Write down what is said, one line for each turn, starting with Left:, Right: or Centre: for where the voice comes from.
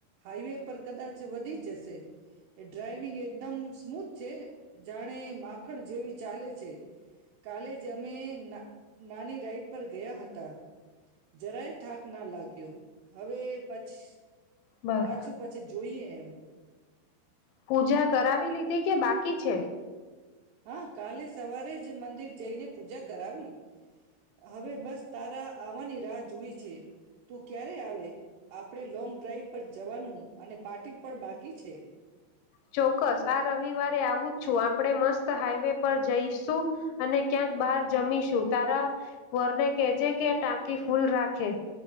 Right: હાઈવે પર કદાચ વધી જશે ડ્રાઈવિંગ એકદમ સ્મૂથ છે, જાણે માખણ જેવી ચાલે છે. કાલે જ અમે ના નાની રાઈડ પર ગયા હતા જરાય થાક ના લાગ્યો હવે પછી
Left: બસ
Right: પાછું પાછી જોઈએ એમ. <inaudible>
Left: પૂજા કરાવી લીધી કે, બાકી છે?
Right: હા, કાલે સવારે જ. જે મંદિર જઈને. પૂજા કરાવી, હવે બસ તારા આવવાની રાહ જોઈ છે. તું ક્યારે આવે આપણે લોંગ ડ્રાઈવ પર જવાનું. અને પાર્ટી પણ બાકી છે
Left: ચોક્કસ. આ રવિવારે આવું છું. આપ આપણે મસ્ત હાઈવે પર જઈશું. અને ક્યાંક બહાર જમીશું. તારા વરને કેહેજે કે ટાંકી ફુલ રાખે.